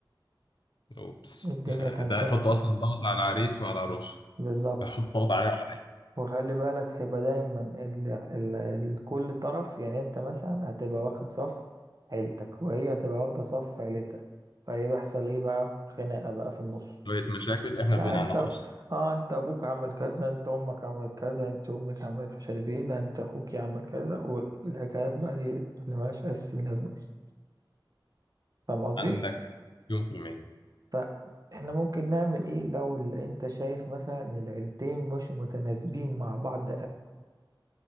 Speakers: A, on the left (about 65°); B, on the right (about 45°).
A: اوبس
B: الدنيا
A: يعني
B: تنشنة
A: ده هيحط
B: طبعا
A: اصلا ضغط على العريس وعلى العروس
B: بالظبط
A: حط ضغط عليها وعلى
B: وخلي بالك هيبقى دايما ال... ال... ال... كل طرف يعني انت مثلا هتبقى واخد صف عيلتك وهي هتبقى واخدة صف عيلتها فهي بيحصل ايه بقى خناقة بقى في النص
A: شوية مشاكل إحنا
B: لا
A: غنى
B: انت
A: عنها أصلا
B: اه انت ابوك عمل كذا انت امك عملت كذا انت امك عملت مش عارف ايه لا انت اخوك عمل كذا والحكايات بقى دي اللي ملهاش اي سن لازمة دي. فاهم قصدي
A: عندك مليون في المية
B: فاحنا ممكن نعمل ايه لو ال- انت شايف مثلا ان العيلتين مش متناسبين مع بعض